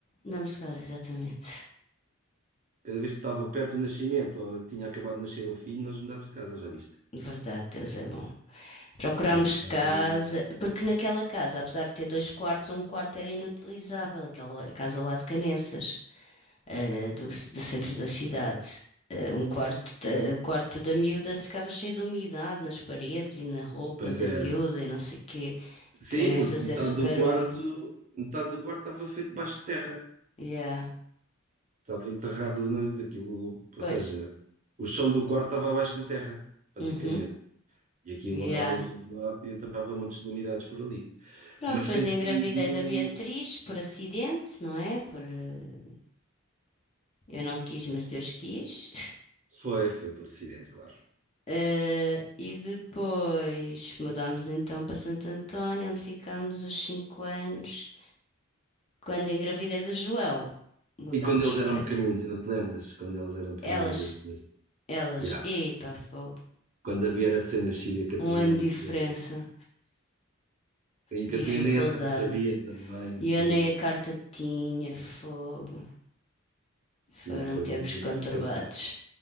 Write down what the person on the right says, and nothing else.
Cada vez que estava perto do nascimento ou tinha acabado de nascer um filho, nós mudávamos de casa, já viste?
Foi sempre.
Pois
era.
Sim,
porque metade
do quarto,
metade do quarto estava feito debaixo de terra.
Estava enterrado na- naquilo, ou
seja, o chão do quarto estava abaixo da terra, basicamente.
E aquilo
não estava bem isolado e entrava montes de umidades por ali.
Mas
tem sido.
Foi, foi por acidente, claro.
E quando eles eram
pequeninos,
não te lembras? Quando eles eram pequeninos,
as duas.
Ya.
Quando a Bia era recém-nascida e a Catarina
ainda
bebê. E a
Catarina nem andar sabia também
aquilo.
Sim,
foi muito
bonito.
A gente,